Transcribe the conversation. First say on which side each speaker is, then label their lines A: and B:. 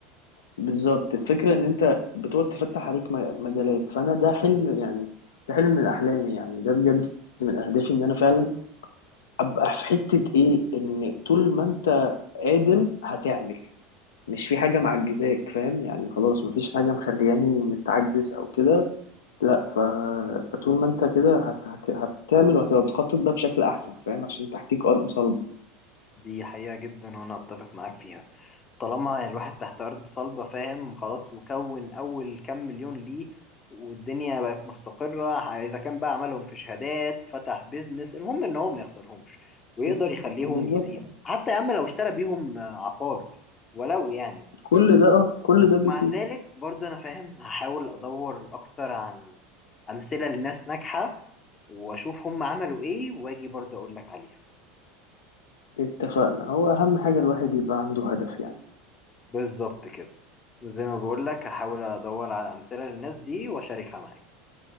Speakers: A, on the left; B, on the left.
A: بالظبط الفكره ان انت بتقعد تفتح عليك م- مجالات فانا ده حلم يعني ده حلم من احلامي يعني ده بجد من اهدافي ان انا فعلا ابقى في حته ايه ان طول ما انت قادر هتعمل مش في حاجة معجزاك فاهم يعني خلاص مفيش حاجة مخلياني متعجز أو كده لا ف... فطول ما أنت كده هت... هت... هتعمل وهتبقى بتخطط بقى بشكل أحسن فاهم عشان تحتيك أرض صلبة
B: دي حقيقة جدا وانا اتفق معاك فيها طالما الواحد تحت أرض صلبة فاهم خلاص وكون أول كام مليون ليه والدنيا بقت مستقرة ح- إذا كان بقى عملهم في شهادات فتح بيزنس المهم إن هو ما يخسرهمش ويقدر
A: م.
B: يخليهم
A: بالظبط
B: يزيدوا حتى يا عم لو اشترى بيهم آه، عقار ولو يعني
A: كل ده اه كل ده بيفيد
B: مع ذلك برضو أنا فاهم هحاول أدور أكتر عن أمثلة لناس ناجحة وأشوف هم عملوا إيه وأجي برضو أقول لك عليها
A: اتفقنا هو أهم حاجة الواحد يبقى عنده هدف يعني
B: بالظبط كده وزي ما بقول لك هحاول أدور على أمثلة للناس دي وأشاركها معاك